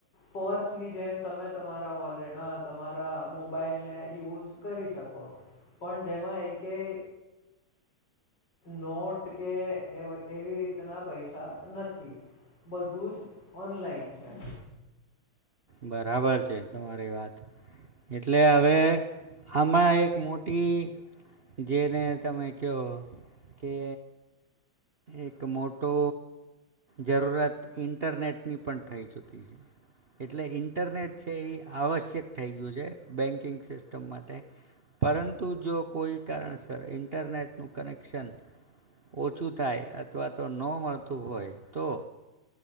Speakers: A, on the left; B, on the right.
A: પર્સની જેમ તમે તમારા વોલેટ તમારા મોબાઈલને યુઝ કરી શકો પણ જેમાં એકય. નોટ કે એવી રીતના પૈસા નથી બધું જ ઓનલાઈન છે.
B: બરાબર છે તમારી વાત એટલે હવે આમાં એક મોટી જેને તમે કહો કે. એક મોટો જરૂરત ઇન્ટરનેટની પણ થઈ ચૂકી છે એટલે ઇન્ટરનેટ છે એ આવશ્યક થઈ ગયું છે બેન્કિંગ સિસ્ટમ માટે પરંતુ જો કોઈ કારણસર ઇન્ટરનેટનું કનેક્શન ઓછું. થાય અથવા તો ન મળતું હોય તો